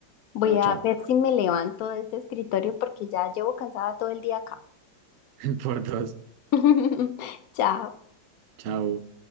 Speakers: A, on the left (about 80°); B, on the right (about 75°).
A: Voy
B: Chao,
A: a
B: chao.
A: ver si me levanto de este escritorio porque ya llevo cansada todo el día acá.
B: <laughs> Por dos.
A: <laughs> Chao.
B: Chao.